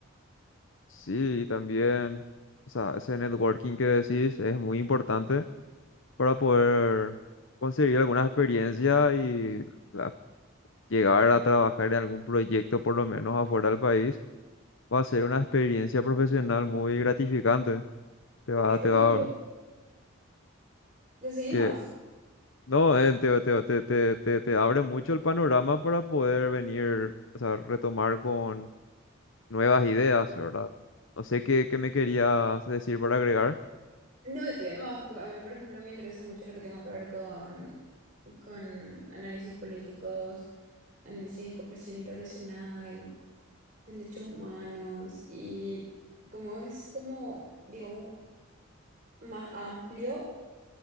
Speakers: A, on the left; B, on the right.
A: Sí, y también, o sea, ese networking que decís es muy importante para poder conseguir alguna experiencia y la- llegar a trabajar en algún proyecto, por lo menos afuera del país, va a ser una experiencia profesional muy gratificante. Te va,
B: A mí, por
A: te
B: ejemplo,
A: va,
B: de seguir
A: que,
B: más.
A: no, eh, te, te, te, te, te, te abre mucho el panorama para poder venir, o sea, retomar con nuevas ideas, ¿verdad? No sé qué, qué me querías decir para agregar
B: No, tío, no. A mí, por ejemplo, me interesa mucho lo que tenga que ver con, con análisis políticos, análisis de cooperación internacional, derechos humanos y como es como, digamos, más amplio,